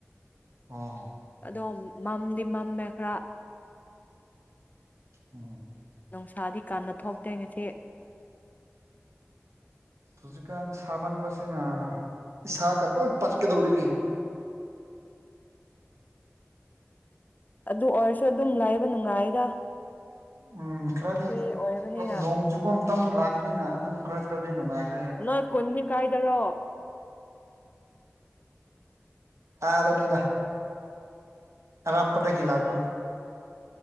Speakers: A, on the right; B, on the left.
A: ꯑꯣ
B: ꯑꯗꯣ ꯃꯝꯗꯤ ꯃꯝꯃꯦ ꯈ꯭ꯔ
A: ꯑꯣ
B: ꯅꯨꯡꯁꯥꯗꯤ ꯀꯥꯟꯅ ꯊꯣꯛꯇꯦ ꯉꯁꯤ
A: ꯍꯧꯖꯤꯛꯀꯥꯟ ꯁꯥꯃꯟꯕꯁꯤꯅ ꯏꯁꯥꯒ ꯂꯣꯏ ꯄꯠꯀꯗꯧꯔꯤꯅꯤ
B: ꯑꯗꯨ ꯑꯣꯏꯔꯁꯨ ꯑꯗꯨꯝ ꯂꯩꯕ ꯅꯨꯡꯉꯥꯏꯗ
A: ꯎꯝ ꯈꯔꯗꯤ
B: ꯐ꯭ꯔꯤ ꯑꯣꯏꯕꯅꯤꯅ
A: ꯅꯣꯡ ꯆꯨꯕ ꯃꯇꯝ ꯂꯥꯛꯄꯅꯤꯅ ꯑꯗꯨꯝ ꯈꯔ ꯈꯔꯗꯤ ꯅꯨꯡꯉꯥꯏꯈ꯭ꯔꯦ
B: ꯅꯣꯏ ꯈꯨꯟꯗꯤ ꯀꯥꯏꯗꯔꯣ
A: ꯑ ꯑꯗꯨꯅꯤꯗ ꯑꯔꯥꯞꯄꯗꯒꯤ ꯂꯥꯛꯄꯅꯤ